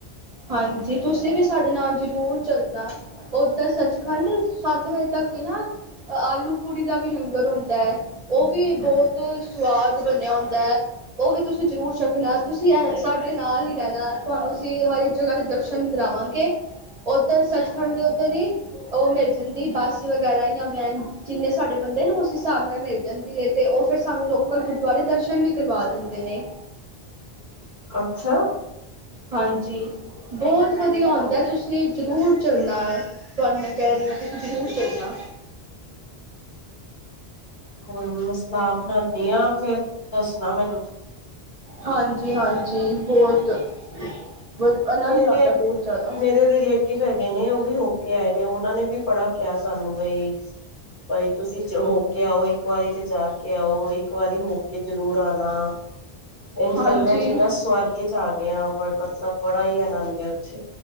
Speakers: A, on the right; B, on the left.
A: ਹਾਂਜੀ ਤੁਸੀਂ ਵੀ ਸਾਡੇ ਨਾਲ ਜ਼ਰੂਰ ਚੱਲਣਾ ਓਦਰ ਸੱਚਖੰਡ ਸੱਤ ਵਜੇ ਤੱਕ ਏ ਨਾ ਆਲੂ ਪੂੜੀ ਦਾ ਵੀ ਲੰਗਰ ਹੁੰਦਾ ਹੈ! ਉਹ ਵੀ ਬਹੁਤ ਸਵਾਦ ਬਣਿਆ ਹੁੰਦਾ ਹੈ! ਉਹ ਵੀ ਤੁਸੀਂ ਜ਼ਰੂਰ ਛਕਣਾ ਤੁਸੀਂ ਸਾਡੇ ਨਾਲ ਹੀ ਰਹਿਣਾ ਤੁਹਾਨੂੰ ਅਸੀਂ ਹਰ ਜਗ੍ਹਾ ਦੇ ਦਰਸ਼ਨ ਕਰਾਵਾਂਗੇ ਉੱਧਰ ਸੱਚਖੰਡ ਦੇ ਉੱਧਰ ਹੀ! ਉਹ ਮਿਲ ਜਾਂਦੀ ਬੱਸ ਵਗੈਰਾ ਜਾਂ ਵੈਨ? ਜਿੰਨੇ ਸਾਡੇ ਬੰਦੇ ਨੇ ਉਸ ਹਿਸਾਬ ਨਾਲ ਮਿਲ ਜਾਂਦੀ ਹੈ! ਤੇ ਉਹ ਫਿਰ ਸਾਨੂੰ ਲੋਕਲ ਗੁਰਦੁਆਰੇ ਦਰਸ਼ਨ ਵੀ ਕਰਵਾ ਦਿੰਦੇ ਨੇ'
B: ਅੱਛਾ?
A: ਹਾਂਜੀ? ਬਹੁਤ ਵਧੀਆ ਹੁੰਦਾ ਤੁਸੀਂ ਜ਼ਰੂਰ ਚੱਲਣਾ! ਤੁਹਾਨੂੰ, ਮੈਂ ਕਹਿ ਰਹੀ ਆ, ਤੁਸੀਂ ਜਰੂਰ ਸੁਣਨਾ।
B: ਕੋਈ ਨਹੀਂ ਮੈਂ ਸਲਾਹ ਬਣਾਉੰਦੀ ਆ, ਫਿਰ ਦੱਸਣਾ ਮੈਨੂੰ।
A: ਹਾਂਜੀ- ਹਾਂਜੀ, ਬਹੁਤ ਬ ਆਨੰਦ
B: ਮੇਰੇ,
A: ਆਉਂਦਾ ਬਹੁਤ ਜ਼ਿਆਦਾ
B: ਮੇਰੇ ਰਿਲੇਟਿਵ ਹੈਗੇ ਨੇ, ਉਹ ਵੀ ਹੋ ਕੇ ਆਏ ਨੇ, ਉਹਨਾਂ ਨੇ ਵੀ ਬੜਾ ਕਿਹਾ ਸਾਨੂੰ ਬਈ ਬਈ ਤੁਸੀਂ ਹੋ ਕੇ ਆਓ, ਇੱਕ ਵਾਰੀ ਤੇ ਜਾ ਕੇ ਕੇ ਆਉ, ਇੱਕ ਵਾਰੀ ਹੋ ਕੇ ਜਰੂਰ ਆਉਣਾ, ਇੰਝ
A: ਹਾਂਜੀ
B: ਲੱਗਦਾ ਜਿੱਦਾਂ ਸਵਰਗ ਚ ਆ ਗਏ ਹਾਂ, ਬ ਮਤਲਬ ਬੜਾ ਹੀ ਆਨੰਦ ਆ ਉੱਥੇ!